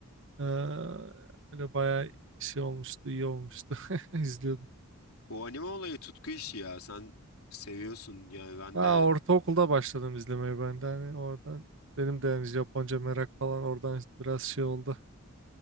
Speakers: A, on the right; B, on the left.
A: Ee, öyle bayağı şey olmuştu, iyi olmuştu. <laughs> İzliyordum.
B: Bu anime olayı tutku işi ya. Sen seviyorsun yani ben
A: Ha,
B: de
A: ortaokulda başladım izlemeye ben de. Hani oradan benim de yani Japonca merak falan oradan biraz şey oldu.